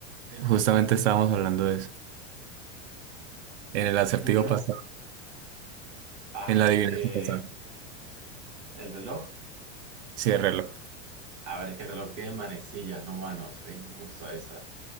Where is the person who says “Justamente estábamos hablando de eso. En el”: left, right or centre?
Right